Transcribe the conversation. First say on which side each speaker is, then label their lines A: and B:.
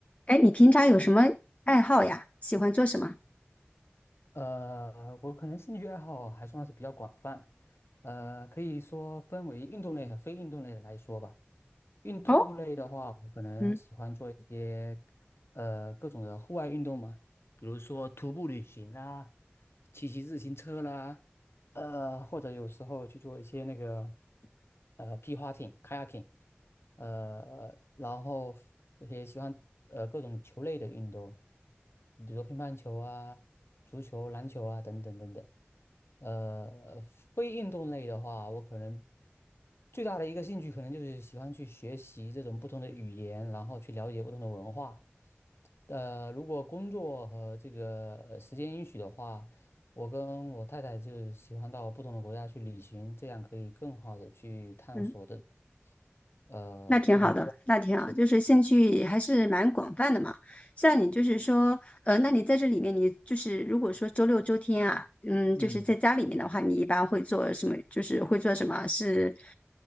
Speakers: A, on the left (about 30°); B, on the left (about 70°).
A: 哎，你平常有什么爱好呀？喜欢做什么？
B: 呃，我可能兴趣爱好还算是比较广泛，呃，可以说分为运动类和非运动类的来说吧。运动类的话，
A: 哦，
B: 我可能喜欢做一些
A: 嗯
B: 呃各种的户外运动嘛，比如说徒步旅行啦、骑骑自行车啦，呃，或者有时候去做一些那个呃皮划艇 （kayaking），呃，然后也喜欢呃各种球类的运动，比如说乒乓球啊、足球、篮球啊等等等等。呃，非运动类的话，我可能最大的一个兴趣可能就是喜欢去学习这种不同的语言，然后去了解不同的文化。呃，如果工作和这个呃时间允许的话，我跟我太太就喜欢到不同的国家去旅行，这样可以更好的去探索这种
A: 嗯，
B: 呃各种各样。
A: 那挺好的，那挺好，
B: 对对对，
A: 就是兴趣还是蛮广泛的嘛。像你就是说，呃，那你在这里面，你就是如果说周六周天啊，嗯，
B: 嗯。
A: 就是在家里面的话，你一般会做什么？就是会做什么？是